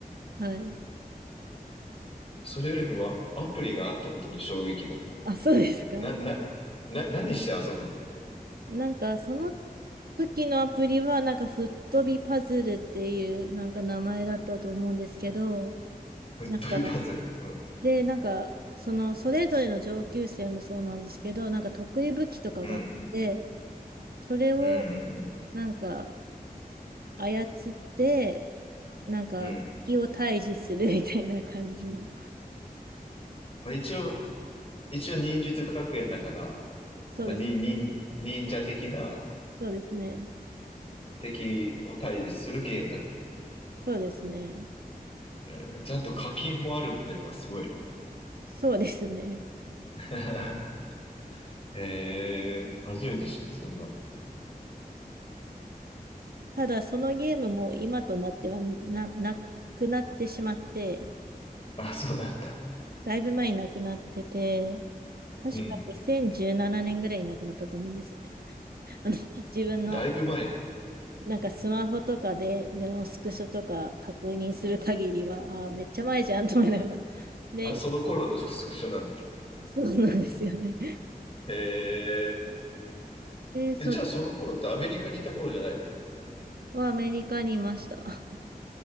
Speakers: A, on the right; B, on the left.
A: はい。
B: それよりもわアプリがあったことに衝撃だ
A: あ、そうですか。
B: な。な、な、な、何して遊ぶの
A: なんか、その時のアプリは、なんか、吹っ飛びパズルっていう、なんか名前だったと思うんですけど、
B: 吹っ飛びパズル。
A: なんか、
B: うん。
A: で、なんか、その、それぞれの上級生もそうなんですけど、なんか、得意武器とかがあって、
B: うん。
A: それを、
B: うんうん
A: なんか、操って、なんか、
B: うん。うん。
A: 敵を退治する <laughs> みたいな感じの。
B: まあ、一応、一応忍術学園だから、
A: そうです。
B: まあ、に、忍、忍者的な、
A: そうですね。
B: 敵を退治するゲームだった。
A: そうですね。
B: えーちゃんと課金もあるっていうのがすごいね。
A: そうですね。
B: <laughs> えー、初めて知った、そんなの。
A: ただそのゲームも今となってはな、なくなってしまって、
B: あ、そうなんだ。
A: だいぶ前になくなってて、確か2017年ぐらいになくなったと思うんですよね。
B: うん。
A: <laughs> あの、自分の
B: だいぶ前。
A: なんかスマホとかでネオスクショとか確認する限りは、ああめっちゃ前じゃんと思いながら。<laughs> で、
B: あ、その頃のスクショなんだ。
A: そうなんですよね。
B: へ
A: で、それ
B: え。えじゃあその頃ってアメリカにいた頃じゃないの
A: はアメリカにいました。<laughs>